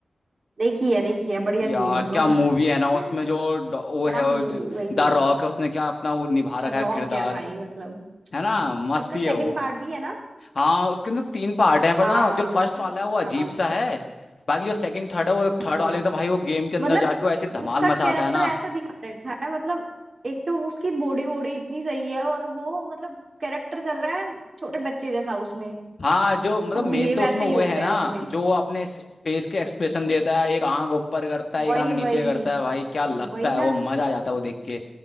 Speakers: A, on the right; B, on the left.
A: देखी है देखी है बढ़िया
B: यार
A: थी मूवी वो
B: क्या मूवी है
A: <laughs>
B: ना उसमें जो डॉ-
A: क्या
B: वो है
A: मूवी
B: वो
A: वही
B: द
A: वही
B: रॉक है उसने क्या अपना वो निभा रखा
A: रॉक
B: है किरदार
A: है भाई मतलब
B: है ना मस्ती
A: उसका सेकंड
B: है वो
A: पार्ट भी है ना
B: हाँ उसके अंदर तीन पार्ट हैं पर
A: हाँ
B: ना जो फर्स्ट वाला है वो अजीब
A: हाँ
B: सा है बाकी जो सेकंड थर्ड है वो थर्ड
A: हाँ
B: वाले में तो भाई वो गेम के अंदर
A: मतलब
B: जाके वो ऐसी धमाल
A: उसका
B: मचाता
A: कैरेक्टर
B: है ना
A: ऐसा दिखा रखा है मतलब एक तो उसकी बॉडी वॉडी इतनी सही है और वो मतलब कैरेक्टर कर रहा है छोटे बच्चे जैसा उसमें
B: हाँ जो मतलब
A: तो
B: मेन
A: बिहेव
B: तो उसमें
A: ऐसे ही
B: वो
A: होता
B: है ना
A: है उसमें
B: जो वो अपने फेस के एक्सप्रेशन देता है एक आंख ऊपर करता है एक
A: वही
B: आंख नीचे
A: वही
B: करता है भाई क्या लगता
A: वही
B: है
A: ना
B: वो मजा आ जाता है वो देख के